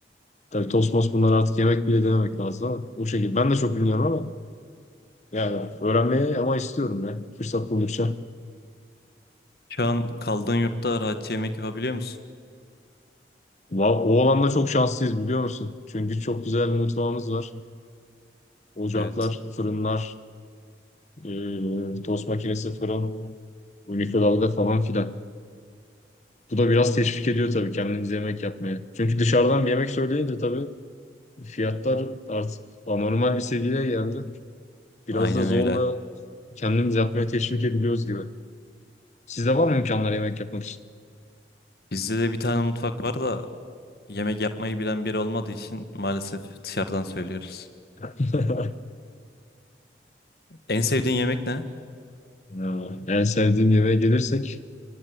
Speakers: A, on the left (about 40°); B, on the left (about 60°).
A: Tabii tost most bunlar artık yemek bile dememek lazım ama o şekilde. Ben de çok bilmiyorum ama yani öğrenmeye ama istiyorum ya fırsat buldukça.
B: Şu an kaldığın yurtta rahatça yemek yapabiliyor musun?
A: Va- O alanda çok şanslıyız biliyor musun? Çünkü çok güzel bir mutfağımız var. Ocaklar,
B: Evet.
A: fırınlar, e, tost makinesi, fırın, mikrodalga falan filan. Bu da biraz teşvik ediyor tabii kendimiz yemek yapmaya. Çünkü dışarıdan bir yemek söyleyince tabii fiyatlar artık anormal bir seviyeye geldi. Biraz
B: Aynen
A: da zorla
B: öyle.
A: kendimiz yapmaya teşvik ediliyoruz gibi. Sizde var mı imkanlar yemek yapmak için?
B: Bizde de bir tane mutfak var da yemek yapmayı bilen biri olmadığı için maalesef dışarıdan söylüyoruz.
A: <laughs>
B: En sevdiğin yemek ne?
A: Ya, En sevdiğim yemeğe gelirsek